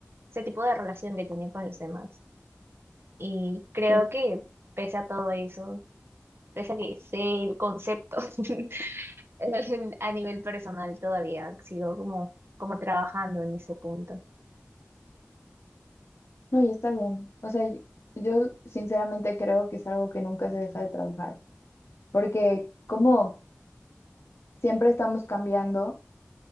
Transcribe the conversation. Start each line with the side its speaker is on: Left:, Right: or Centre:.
Right: ese tipo de relación que tienen con los demás. Y creo
Left: Sí.
Right: que pese a todo eso, pese a que sé el concepto <laughs> en- a nivel personal, todavía sigo como, como trabajando en ese punto.
Left: No, y está bien. O sea, y- yo sinceramente creo que es algo que nunca se deja de trabajar, porque como siempre estamos cambiando